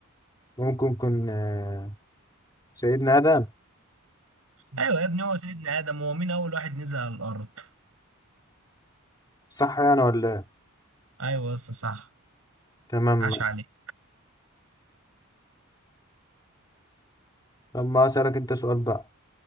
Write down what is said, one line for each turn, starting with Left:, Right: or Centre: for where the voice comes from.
Left: ممكن يكون آه سيدنا آدم
Right: أيوة يا ابني هو سيدنا آدم هو مين أول واحد نزل على الأرض؟
Left: صح يعني ولا إيه؟
Right: أيوة يا اسطى صح
Left: تمام
Right: عاش عليك
Left: طب ما أسألك أنت سؤال بقى